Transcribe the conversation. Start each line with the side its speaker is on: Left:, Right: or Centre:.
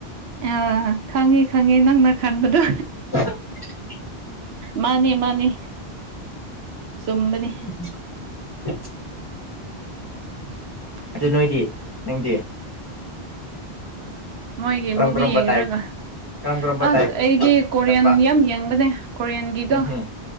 Right: ꯑꯥ ꯈꯪꯉꯤ ꯈꯪꯉꯤ ꯅꯪꯅ ꯈꯟꯕꯗꯣ
Left: <unintelligible>
Right: ꯃꯥꯅꯤ ꯃꯥꯅꯤ ꯆꯨꯝꯕꯅꯤ
Left: <unintelligible>
Right: <unintelligible>
Left: ꯑꯗꯨ ꯅꯣꯏꯗꯤ ꯅꯪꯗꯤ
Right: ꯃꯣꯏꯒꯤ
Left: ꯀꯔꯝ
Right: ꯃꯨꯕꯤ
Left: ꯀꯔꯝꯕ
Right: ꯌꯦꯡꯔꯒꯥ
Left: ꯇꯥꯏꯞ ꯀꯔꯝ ꯀꯔꯝꯕ
Right: ꯑꯁ
Left: ꯇꯥꯏꯞ ꯅꯣꯏꯗꯤ
Right: ꯑꯩꯗꯤ
Left: ꯌꯦꯡꯒꯟꯕ
Right: ꯀꯣꯔꯤꯌꯟ ꯌꯥꯝ ꯌꯦꯡꯕꯅꯦ ꯀꯣꯔꯤꯌꯟꯒꯤꯗꯣ
Left: ꯎꯝ ꯍꯝ